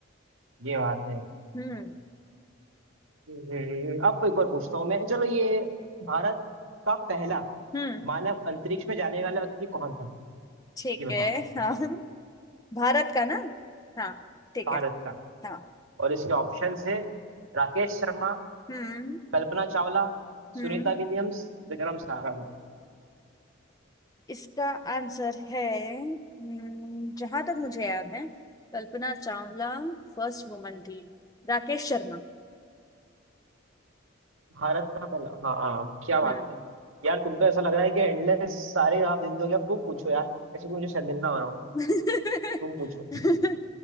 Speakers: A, on the right; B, on the left.
A: ये बात है
B: हम्म
A: हम्म, अब एक और पूछता हूँ मैं चलो ये भारत का पहला
B: हम्म
A: मानव अंतरिक्ष में जाने वाला व्यक्ति कौन था
B: ठीक
A: ये बताओ
B: है हाँ भारत का ना हाँ ठीक
A: भारत
B: है
A: का
B: था
A: और इसके ऑप्शंस है राकेश शर्मा
B: हम्म
A: कल्पना चावला
B: हम्म
A: सुनीता विलियम्स विक्रम साराभाई
B: इसका आंसर है हम्म, जहां तक मुझे याद है कल्पना चावला फर्स्ट वुमन थी राकेश शर्मा
A: भारत का पहला हाँ हाँ क्या बात
B: हम्म
A: है यार तुमको ऐसा लग रहा है कि एंडलेस सारे आप देख दोगे अब तुम पूछो यार ऐसे तो मुझे शर्मिंदा हो रहा हूँ
B: <laughs>
A: तुम पूछो